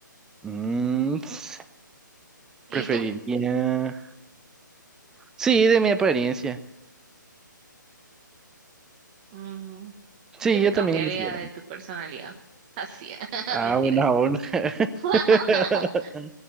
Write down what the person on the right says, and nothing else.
¿Y
tú?
Mm,
yo te
cambiaría
de tu personalidad. Así, <laughs>
mentira.
<laughs>